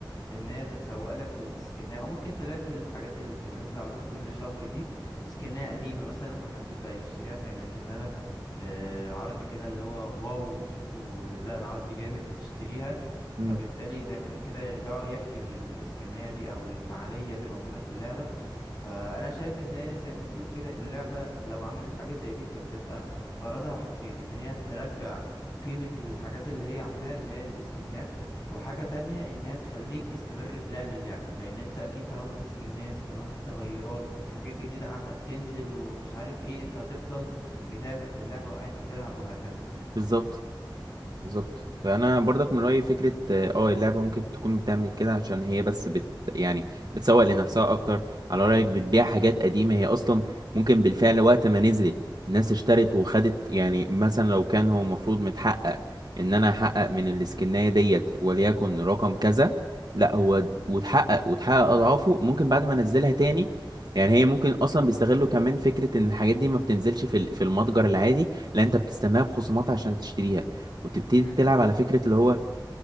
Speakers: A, on the left; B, on the right.
A: ان هي بتسوق لك لسكنها او ممكن تلاقي في الحاجات اللي بتبقى نازله عروض كل شهر دي سكنها قديمه مثلا ما حدش بقى يشتريها فينزلها لك بعرض كده اللي هو واو تشوفوا لا ده عرض جامد وتشتريها
B: امم
A: فبالتالي زي ما تقول كده يرجعوا يحيوا ال- السكنية دي او الفعالية اللي موجودة في اللعبة فانا شايف ان هي زي ما تقول كده اللعبة لو عملت حاجة زي دي فبتبقى غرضها حاجتين ان هي ترجع قيمة الحاجات اللي هي عاملاها اللي هي السكنات وحاجة تانية إنها تخليك تستمر في لعب اللعبة لأن أنت أكيد طالما في سكنات وطالما في تغيرات وحاجات جديدة قاعدة بتنزل ومش عارف إيه أنت هتفضل متابع في اللعبة وقاعد بتلعب وهكذا
B: بالظبط بالظبط فانا برضك من رايي فكره اه آه، اللعبه ممكن تكون بتعمل كده عشان هي بس بت يعني بتسوق لنفسها اكتر على رايك بتبيع
A: أمم،
B: حاجات قديمه هي اصلا ممكن بالفعل وقت ما نزلت الناس اشترت وخدت يعني مثلا لو كان هو المفروض متحقق ان انا احقق من الاسكنايه ديت وليكن رقم كذا لا هو وتحقق وتحقق اضعافه ممكن بعد ما انزلها تاني يعني هي ممكن اصلا بيستغلوا كمان فكره ان الحاجات دي ما بتنزلش في ال- في المتجر العادي لا انت بتستناها بخصومات عشان تشتريها وتبتدي
A: أمم،
B: تلعب على فكرة اللي هو